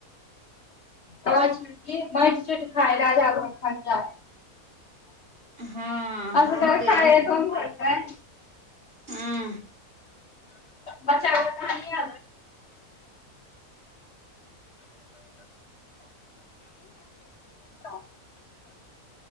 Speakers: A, on the left (about 50°); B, on the right (about 40°).
A: <unintelligible> खाय राजा घर जा
B: हँ
A: अ
B: हमहूँ
A: कर
B: तऽ
A: ख कोम सर <unintelligible>
B: हूँ
A: बच्चा कहानीआ <unintelligible>